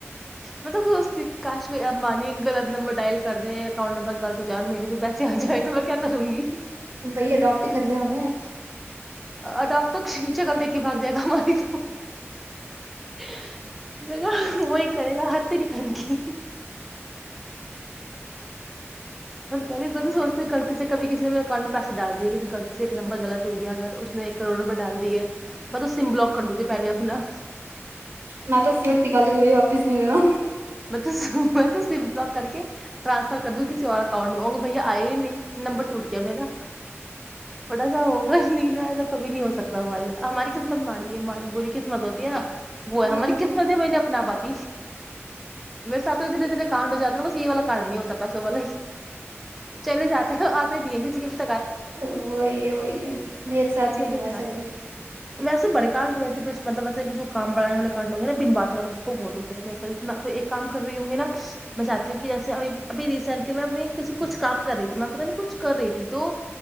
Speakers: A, in the centre; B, on the right.
A: مطلب خ کاش کوئی ابانی غط نمبر ڈائل کر دے اکاؤنٹ نمبر غط ہو جائے اور میرے بھی پیسے آ جائے تو میں کیا کروں گی
B: بھائی اڈاپٹ ہی کر ل ہمیں
A: اد آپ تو شکل دیک کے پل د ہیں ہماری توا وہی کرے گا تری پن کی ط کہ سوچتے غطی سے کبھی کسی نے بھی اکانٹ میں پیسے ڈال دیے کسی غلطی سے ایک نمبر غلط ہو گیا اگر اس نے ایک کروڑ روپئے ڈال دیے بس اس سم بلاک کر د گے پہلے اپنا
B: مت سمک کل ت ج بھائی واپس نہیں دینا
A: میں تو میں تو سم فاپ کر کے ٹرانسفر کر دوں گی کسی اور اکاؤنٹ میں ہؤ گے بھیا آئے ہی نہیں نمبر ٹوٹ گیا میرا وڑا سا ہوگا ینا ایسا کبھی نہیں ہو سکتا ہم ہماری قسمت مڑی یہ بری قسمت ہوتی ہے نا وہ ہے
B: ہوں
A: ہماری قسمت ہے میں پات میرے ساتھ تو دے درے کانڈ ہو جاتا نا بس یہی والا کانڈ نہیں ہوتا پیسوں والے ہی چلے جاتے آتے نہیں ہے کسی کے
B: <inaudible>
A: پ چلے جاتے ہیں ویسے بڑے کڈئے ایسے کچ مطلب وسےچھ کام بڑانے والے کڈوں گ نا بن بات والے بہت ہوتے ہیں ایک کام کر رہی ہوں گی نا میں چاہتی ہوں کہ جیسے ابھی ریسینٹلی میں اپ کچھ کام کر رہی تھی میں پہ نہیں کچھ کر رہی تھی تو